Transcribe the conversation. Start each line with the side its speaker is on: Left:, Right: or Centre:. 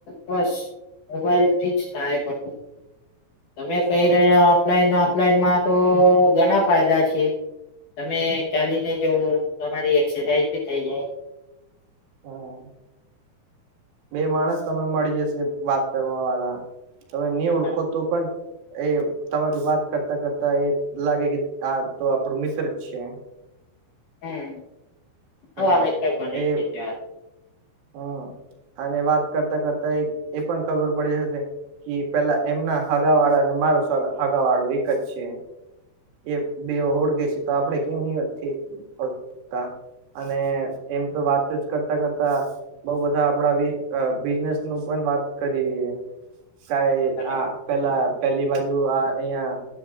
Left: બસ મોબાઈલ ફીચ થાય બધું તમે કઈ
Right: હા
Left: રહ્યા ઓફલાઈન ઓફલાઈનમાં તો ઘણા ફાયદા છે. તમે ચાલીને જઓ તમારી એક્સરસાઇઝ ભી થઈ જાય
Right: હા બે માણસ તમે મળી જશે વાત કરવા વાળા તમે નહી
Left: બરાબર
Right: ઓળખો તો પણ એ તમારી વાત કરતા કરતા એ લાગે કે આ તો આપડું મિત્ર જ છે
Left: હમ ન
Right: હમ
Left: આ મિત્ર બને
Right: એ
Left: છ ત્યાં
Right: હમ અને વાત કરતા કરતા એ પણ ખબર પડી હશે કે પેલા એમના હગા વાળા અને મારું હગા વાળું એક જ છે. એ બે ઓળખે છે તો આપડે કેમ નહિં <unintelligible> અને એમ તો વાત જ કરતા કરતા બઉ બધા આપડા બિઝનેસ નું પણ વાત કરી રહી કઈ
Left: બરાબર
Right: આ પેલા પેલી બાજુ આ અહિયાં